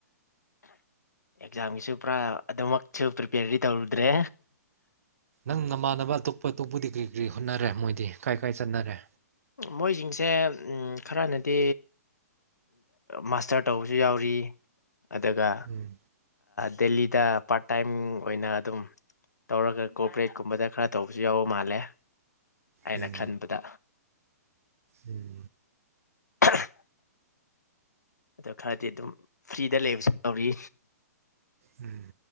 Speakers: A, on the left; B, on the right.
A: ꯑꯦꯛꯖꯥꯝꯒꯤꯁꯨ ꯄꯨꯔꯥ ꯑꯗꯨꯃꯛꯁꯨ ꯄ꯭ꯔꯤꯄꯦꯌꯔꯗꯤ ꯇꯧꯔꯨꯗ꯭ꯔꯦ
B: ꯅꯪ ꯅꯃꯥꯟꯅꯕ ꯑꯇꯣꯞꯄ ꯑꯇꯣꯞꯄ ꯗꯤ ꯀ꯭ꯔꯤ ꯀ꯭ꯔꯤ ꯍꯣꯠꯅꯔꯦ ꯃꯣꯏꯗꯤ ꯀꯥꯏ ꯀꯥꯏ ꯆꯠꯅꯔꯦ
A: ꯃꯣꯏꯖꯤꯡꯖꯦ ꯎꯝ ꯈꯔꯅꯗꯤ ꯃꯥꯁꯇꯔ ꯇꯧꯕꯁꯨ ꯌꯥꯎꯔꯤ ꯑꯗꯨꯒ
B: ꯎꯝ
A: ꯗꯦꯜꯂꯤꯗ ꯄꯥꯔꯠ ꯇꯥꯏꯝ ꯑꯣꯏꯅ ꯑꯗꯨꯝ ꯇꯧꯔꯒ ꯀꯣꯑꯣꯄꯔꯦꯠꯀꯨꯝꯕꯗ ꯈꯔ ꯇꯧꯕꯁꯨ ꯌꯥꯎꯕ ꯃꯥꯜꯂꯦ ꯑꯩꯅ
B: ꯎꯝ
A: ꯈꯟꯕꯗ
B: ꯎꯝ
A: <inaudible> ꯑꯗꯣ ꯈꯔꯗꯤ ꯑꯗꯨꯝ ꯐ꯭ꯔꯤꯗ ꯂꯩꯕꯁꯨ ꯌꯥꯎꯔꯤ
B: ꯎꯝ